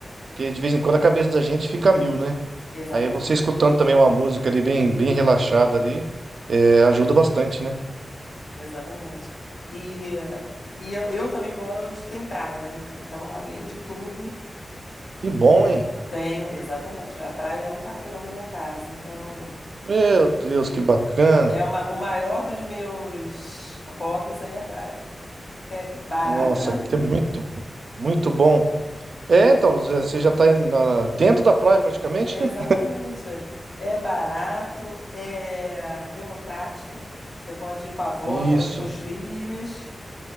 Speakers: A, on the right; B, on the left.
A: Porque de vez em quando a cabeça da gente fica a mil, né?
B: Exatamente.
A: Aí você escutando também uma música ali bem, bem relaxada ali, é, ajuda bastante, né?
B: Exatamente. E, e eu, eu também moro onde tem praia, né? Então, além de tudo.
A: Que bom, hein?
B: Tenho, exatamente. A praia é um quarteirão da minha casa, então
A: Meu Deus, que bacana!
B: é uma, o maior dos meus hobbies aí é a praia. É barato,
A: Nossa,
B: né?
A: que é muito, muito bom. É, então, você já tá em- na- dentro da praia praticamente,
B: Exatamente.
A: né?
B: É barato, é democrático. Você pode ir com a avó,
A: Isso.
B: pode ir com os filhos,